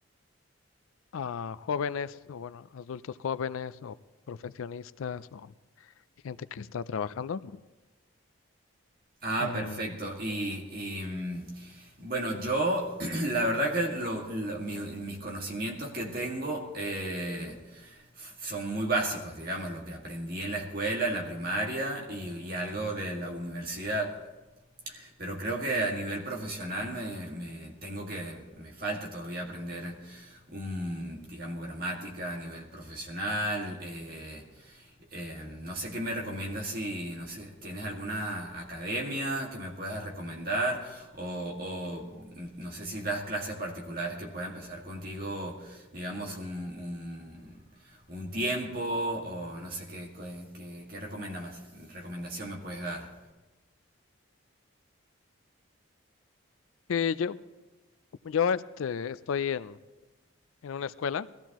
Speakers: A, on the left (about 80°); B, on the right (about 45°).
A: a jóvenes o bueno, adultos jóvenes o profesionistas o gente que está trabajando.
B: Ah,
A: Eh,
B: perfecto. Y, y, mm, bueno, yo <clears throat> la verdad que lo- lo- mi- mis conocimientos que tengo eh, son muy básicos, digamos, lo que aprendí en la escuela, en la primaria y, y algo de la universidad. Pero creo que a nivel profesional me, me tengo que, me falta todavía aprender un, digamos, gramática a nivel profesional. eh, eh, no sé qué me recomiendas si, no sé, tienes alguna academia que me puedas recomendar o, o, mm, no sé si das clases particulares que pueda empezar contigo, digamos, un, un- un tiempo o no sé qué, qué, qué- qué recomenda- recomendación me puedes dar.
A: y yo, yo este, estoy en, en una escuela